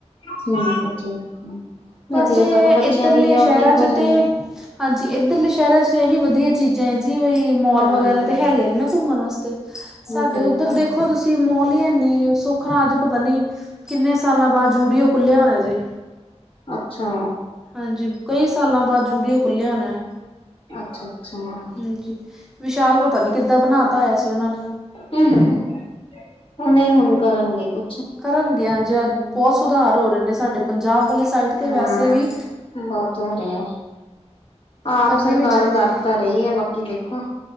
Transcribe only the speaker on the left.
ਠੀਕ ਹੈ ਠੀਕ ਹੈ
ਵਧੀਆ
ਸਗੋਂ ਬੱਚਿਆਂ
ਦੀ ਵੀ ਆਊਟਿੰਗ
ਹੋ
ਜਾਂਦੀ
ਹਾਂ
ਹਾਂ
ਬਿਲਕੁਲ
ਅੱਛਾ
ਅੱਛਾ ਅੱਛਾ
ਹਮ ਹੁ ਨਹੀਂ ਹੁਣ ਕਰਨਗੇ ਕੁ
ਹਾਂ
ਬਹੁਤ ਹੋ ਰੇ ਆ
ਆਪ ਸਰਕਾਰ
ਕਰ ਤਾਂ ਰਹੀ ਹੈ ਬਾਕੀ ਦੇਖੋ